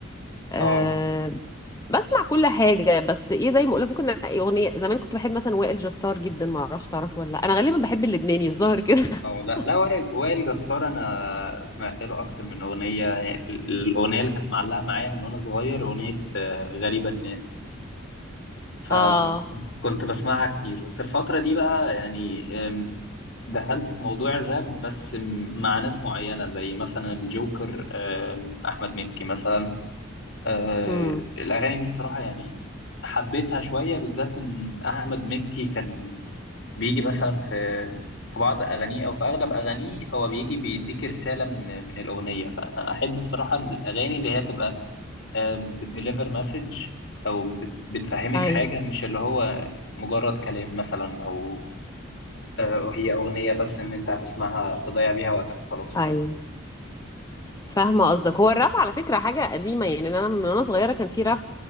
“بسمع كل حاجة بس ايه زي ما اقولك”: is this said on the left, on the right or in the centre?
Left